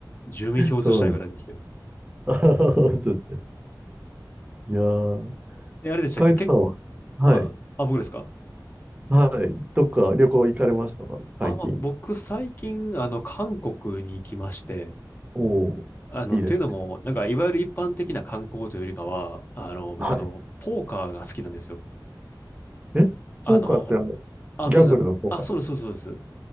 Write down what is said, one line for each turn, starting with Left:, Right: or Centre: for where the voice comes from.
Left: 住民票移したいぐらいですよ。
Right: そうですね。あ本当ですね。いやー、
Left: え、あれでしたっけ結
Right: カイツさんは、はい、
Left: あ、あ、僕ですか
Right: はい、どっか旅行行かれましたか、最近。
Left: あ、まあ、僕最近、あの、韓国に行きまして、
Right: おお、
Left: あの、
Right: いいですね。
Left: っていうのも、なんか、いわゆる一般的な観光というよりかは、あの、僕、
Right: は
Left: あの、ポーカーが好きなんですよ。
Right: い。え、
Left: あの、
Right: ポーカーってあの、
Left: あ、
Right: ギャンブルのポーカーです
Left: そうですね。あ、そうです、そうです、そうです。